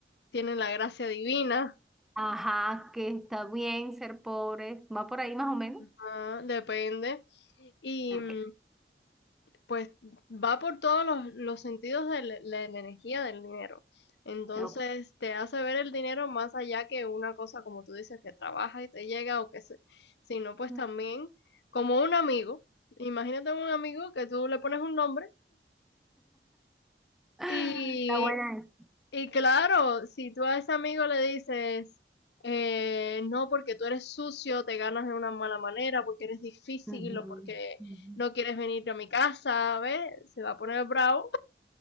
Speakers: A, on the left; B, in the centre.
A: tienen la gracia divina,
B: Ajá, que está bien ser pobre, va por ahí más o menos.
A: ah, depende, y,
B: Ok,
A: mm, pues va por todos los, los sentidos de la, la- la energía del dinero. Entonces
B: ok.
A: te hace ver el dinero más allá que una cosa, como tú dices, que trabaja y te llega o que se, sino pues
B: <laughs>
A: también como un amigo. Imagínate un amigo que tú le pones un nombre
B: Está
A: y,
B: buena esa.
A: y claro, si tú a ese amigo le dices, eh, no, porque tú eres sucio, te ganas de una mala manera, porque eres difícil
B: Ujú.
A: o porque
B: ujú.
A: no quieres venir a mi casa, ¿ves? Se va a poner bravo.